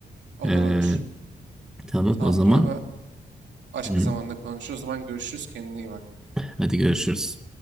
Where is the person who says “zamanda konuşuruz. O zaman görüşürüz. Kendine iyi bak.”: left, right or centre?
Right